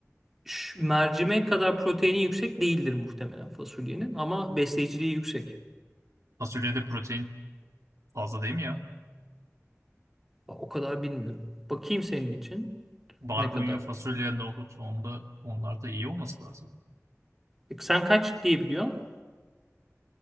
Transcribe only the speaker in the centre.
ş- mercimek kadar proteini yüksek değildir muhtemelen fasulyenin ama besleyiciliği yüksek.
O kadar bilmiyorum. Bakayım senin için
ne kadar.
E, Sen kaç diye biliyorsun?